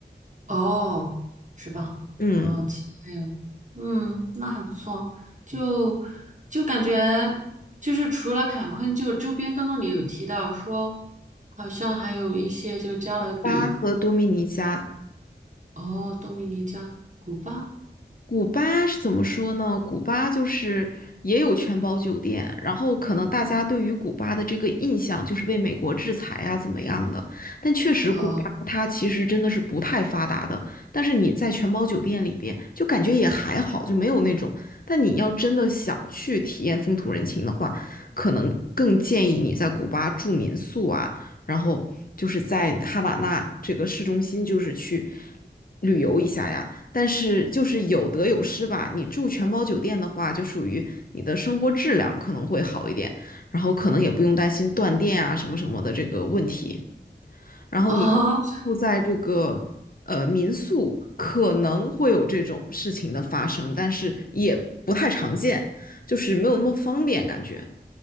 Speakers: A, on the right; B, on the left.
A: 哦，是吧？
B: 嗯，
A: 哦，其他还有，嗯，那还不错，就就感觉就是除了坎昆，就周边刚刚你有提到说，好像还有一些就加勒比，
B: 巴和多米尼加
A: 哦，多米尼加、古巴
B: 古巴是怎么说呢？古巴就是也有全包酒店，然后可能大家对于古巴的这个印象就是被美国制裁啊怎么样的，但确实古巴它其实真的是不太发达的，
A: 啊
B: 但是你在全包酒店里边就感觉也还好，就没有那种。但你要真的想去体验风土人情的话，可能更建议你在古巴住民宿啊，然后就是在哈瓦那这个市中心就是去旅游一下呀。但是就是有得有失吧。你住全包酒店的话，就属于你的生活质量可能会好一点，然后可能也不用担心断电啊什么什么的这个问题。然后你要住在这个呃民宿，
A: 啊
B: 可能会有这种事情的发生，但是也不太常见，就是没有那么方便感觉。